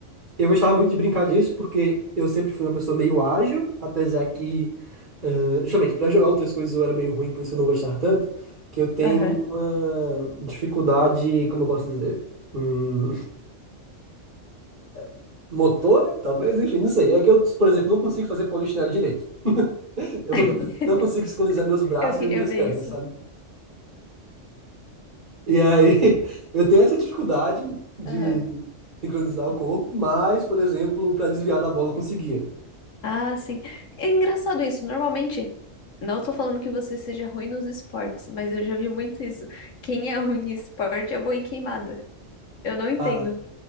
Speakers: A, on the right (about 40°); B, on the left (about 85°).
A: eu gostava muito de brincar disso, porque eu sempre fui uma pessoa meio ágil, apesar que, ah, justamente, pra jogar outras coisas eu era meio ruim, por isso eu não gostava tanto, que eu tenho
B: Aham.
A: uma dificuldade, como eu posso dizer? Hum, <laughs> motora, talvez, enfim, não sei. É que eu, por exemplo, não consigo fazer polichinelo direito. Eu
B: <laughs>
A: não consigo sincronizar meus braços
B: Eu queria
A: e minhas
B: ver
A: pernas,
B: isso.
A: sabe? E aí, <laughs> eu tenho essa dificuldade de
B: Aham.
A: sincronizar o corpo, mas, por exemplo, pra desviar da bola eu conseguia.
B: Ah, sim. É engraçado isso. Normalmente, não tô falando que você seja ruim nos esportes, mas eu já vi muito isso. Quem é ruim em esporte é bom em queimada. Eu não entendo.
A: Ah,